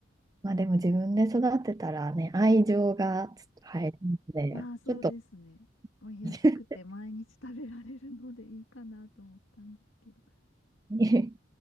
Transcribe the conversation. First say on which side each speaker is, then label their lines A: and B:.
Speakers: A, on the right; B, on the left.
A: まあでも自分で育てたらね、愛情がちょっと入るので、
B: まあそうですね。
A: ちょっと
B: もう安くて毎日食べられるのでいいかなと思ったんですけど。
A: <laughs> に、